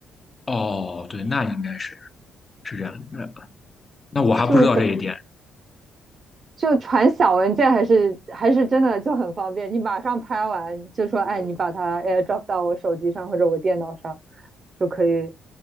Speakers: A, on the left; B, on the right.
A: 哦，对，那应该是是这样的。那我还不知道这一点。
B: <laughs> 就给。就传小文件还是还是真的就很方便，你马上拍完就说，哎，你把它 AirDrop 到我手机上或者我电脑上，就可以